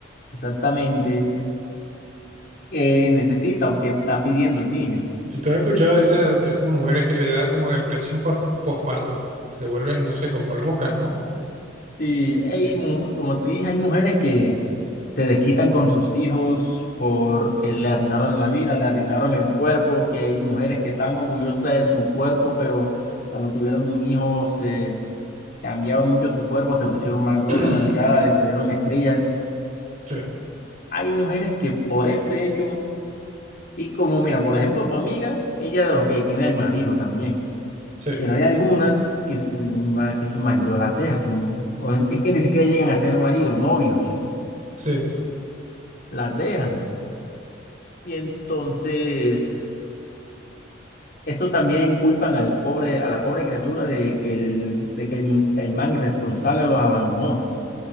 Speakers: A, on the left (about 50°); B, on the right (about 40°).
A: exactamente qué necesita o qué está pidiendo el niño.
B: ¿Y tú has escuchado de esas, de esas mujeres que le da como depresión por posparto? Se vuelven, no sé, como locas, ¿no?
A: Sí, hay,
B: Que-
A: mu- como te dije, hay mujeres que se desquitan con sus hijos porque le arruinaron la vida, le arruinaron el cuerpo, que hay mujeres que están orgullosas de su cuerpo, pero cuando tuvieron un hijo se cambiaban mucho su cuerpo, se pusieron más gorda
B: <clears throat>
A: más delgada le salieron estrellas.
B: Sí,
A: Hay mujeres que por ese hecho Y como, mira, por ejemplo, tu amiga, ella, ok, tiene el marido también,
B: sí,
A: pero hay algunas que su, ma- que su marido las deja, su- o es que ni siquiera llegan a ser maridos, novios,
B: sí,
A: las dejan. Y entonces, eso también culpan al pobre, a la pobre criatura de que el, de que el, el man irresponsable los abandonó.